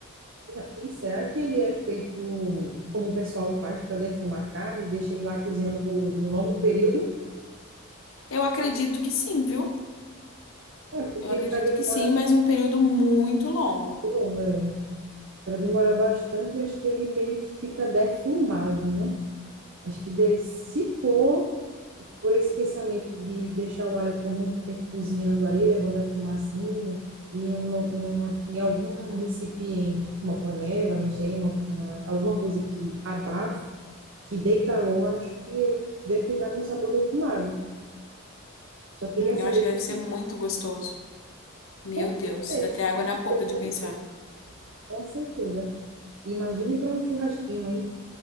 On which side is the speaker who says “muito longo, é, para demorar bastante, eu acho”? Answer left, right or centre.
Right